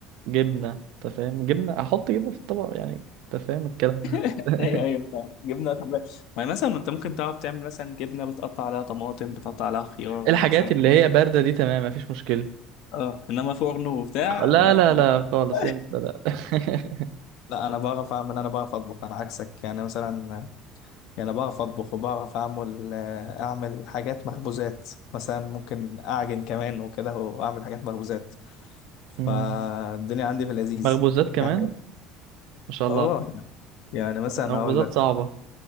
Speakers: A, on the right; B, on the left.
A: جبنه انت فاهم جبنه احط جبنه في الطبق يعني انت فاهم الكلام ده
B: <laughs>
A: <laughs>
B: ايوه ايوه فاهم. جبنه طب ما مثلا انت ممكن تعرف تعمل مثلا جبنه بتقطع عليها طماطم بتقطع عليها خيار
A: الحاجات
B: مثلا
A: اللي هي بارده دي تمام مفيش مشكله
B: اه انما فرن وبتاع
A: لا
B: آه،
A: لا لا خالص
B: <laughs>
A: انت لا <laughs>
B: لا لا، انا بعرف اعمل انا بعرف اطبخ انا عكسك يعني مثلا يعني بعرف أطبخ وبعرف أعمل آه، أعمل حاجات مخبوزات مثلا ممكن أعجن كمان وكده وأعمل حاجات مخبوزات فالدنيا
A: مم.
B: عندي في اللذيذ
A: مخبوزات كمان
B: يعني
A: ما شاء
B: آه
A: الله
B: يعني مثلا
A: مخبوزات
B: هقول لك
A: صعبة